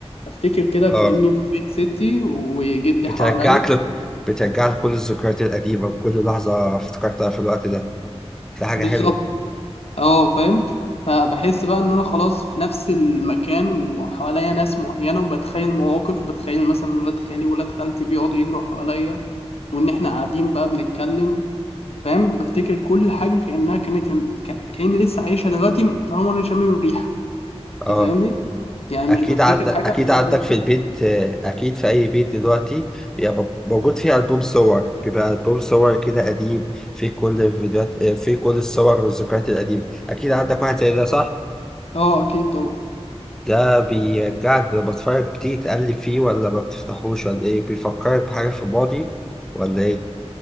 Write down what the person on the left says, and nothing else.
أفتكر كده
كأني في بيت ستي وجدي
حواليا
بالظبط
أه فاهم فبحس بقى إن أنا خلاص في نفس المكان وحواليا ناس معينة وبتخيل مواقف بتخيل مثلا ولاد خالي وولاد خالتي بيقعدوا يجروا حواليا وإن إحنا قاعدين بقى بنتكلم فاهم بفتكر كل حاجة كأنها كانت كأني لسه عايشها دلوقتي طالما أنا شامم الريحة
أنت فاهمني؟ يعني
مش بفتكر
حاجة
لحد
ما انا افتكر
اه اكيد طبعا